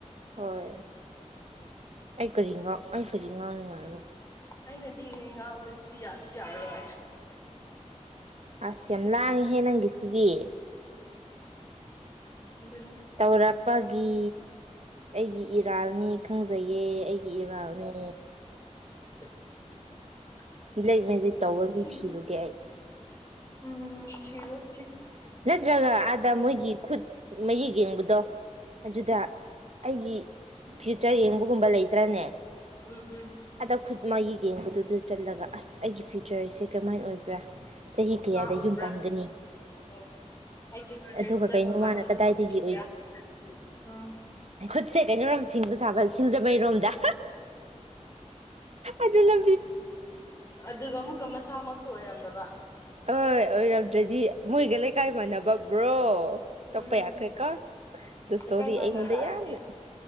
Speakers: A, on the right (about 60°); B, on the left (about 25°).
A: ꯍꯣꯏ ꯑꯩ ꯀꯔꯤ ꯉ ꯑꯩ ꯀꯔꯤ ꯉꯥꯡꯉꯥꯏꯔꯣ
B: ꯑꯩꯅꯗꯤ ꯉꯥꯡꯕ ꯁꯤꯌꯥꯁꯤ ꯁꯤꯌꯥꯔ
A: ꯑꯁ ꯌꯥꯝ ꯂꯥꯡꯉꯤꯍꯦ ꯅꯪꯒꯤꯁꯤꯗꯤ
B: ꯑꯗꯨꯅꯦ
A: ꯇꯧꯔꯛꯄꯒꯤ ꯑꯩꯒꯤ ꯏꯔꯥꯜꯅꯤ ꯈꯪꯖꯩꯌꯦ ꯑꯩꯒꯤ ꯏꯔꯥꯜꯅꯦ
B: <unintelligible>
A: ꯃꯤꯂꯩ ꯃꯦꯖꯤꯛ ꯇꯧꯕꯔ ꯃꯤ
B: ꯁꯤ
A: ꯊꯤꯔꯨꯒꯦ ꯑꯩ
B: ꯎꯝ ꯊꯤꯔꯨꯔꯣ
A: ꯅꯠꯇ꯭ꯔꯒ ꯑꯥꯗ ꯃꯣꯏꯒꯤ ꯈꯨꯠ ꯃꯌꯦꯛ ꯌꯦꯡꯕꯗꯣ ꯑꯗꯨꯗ ꯑꯩꯒꯤ ꯐ꯭ꯌꯨꯆꯔ ꯌꯦꯡꯕꯒꯨꯝꯕ ꯂꯩꯇ꯭ꯔꯅꯦ
B: ꯎꯝ ꯎꯝ
A: ꯑꯗ ꯈꯨꯠ ꯃꯥꯒꯤ ꯌꯦꯡꯕꯗꯨꯗ ꯆꯜꯂꯒ ꯑꯁ ꯑꯩꯒꯤ ꯐꯤꯌꯨꯆꯔꯁꯦ ꯀꯃꯥꯏ ꯑꯣꯏꯕ꯭ꯔꯥ ꯆꯍꯤ ꯀꯌꯥꯗ
B: ꯃꯥ ꯎꯕ꯭ꯔꯥ
A: ꯌꯨꯝ ꯄꯥꯟꯒꯅꯤ
B: ꯎꯝ ꯑꯩꯒꯤ ꯐꯤꯌꯨꯆꯔꯁꯤꯗ
A: ꯑꯗꯨꯒ ꯀꯩꯅꯣ
B: ꯃꯍꯥꯛ
A: ꯃꯥꯅ
B: ꯑꯗꯣ
A: ꯀꯗꯥꯏꯗꯒꯤ
B: ꯎꯈꯤꯕ꯭ꯔꯥ ꯎꯝ
A: ꯑꯩ ꯈꯨꯠꯁꯦ ꯀꯩꯅꯣ ꯌꯥꯝ ꯁꯤꯡꯕ ꯁꯥꯕ ꯁꯤꯡꯖꯃꯩꯔꯣꯝꯗ ꯑꯗꯨꯅ
B: ꯑꯗꯨꯒ ꯑꯃꯨꯛꯀ ꯃꯁꯥꯃꯛꯁꯨ ꯑꯣꯏꯔꯝꯗꯕ
A: ꯑ ꯑꯣꯏꯔꯝꯗ꯭ꯔꯗꯤ ꯃꯣꯏꯒ ꯏꯀꯥꯏ ꯃꯥꯟꯅꯕꯕ꯭ꯔꯣ ꯇꯛꯄ
B: ꯎꯝ
A: ꯌꯥꯈ꯭ꯔꯦ ꯀꯣ ꯑꯗꯨ ꯏꯁꯇꯣꯔꯤ
B: ꯂꯩꯀꯥꯏ ꯃꯥꯟꯅꯔꯛꯑꯗꯤ
A: ꯑꯩꯉꯣꯟꯗ ꯌꯥꯝꯅ